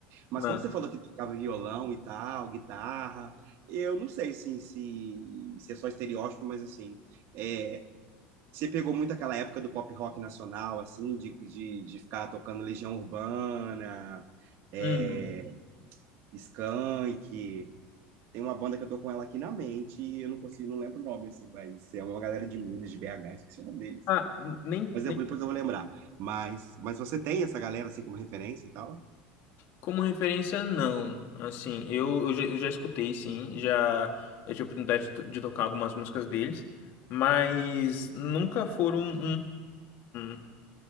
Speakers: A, on the right; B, on the left.
A: Mas
B: não.
A: como você falou que tocava violão e tal, guitarra, eu não sei assim, se, se é só estereótipo, mas assim, é, você pegou muito aquela época do pop rock nacional, assim, de, de, de ficar tocando Legião Urbana, é,
B: Hum.
A: Skank. Tem uma banda que eu tô com ela aqui na mente e eu não consigo, não lembro o nome, assim, mas é uma galera de Minas, de BH, esqueci o nome deles.
B: Ah, nem
A: Mas eu- depois eu vou lembrar. Mas, mas você tem essa galera, assim, como referência e tal?
B: Como referência, não. Assim, eu, eu, já, eu já escutei, sim. Já eu tive a oportunidade de, to- de tocar algumas músicas deles, mas nunca foram um, um,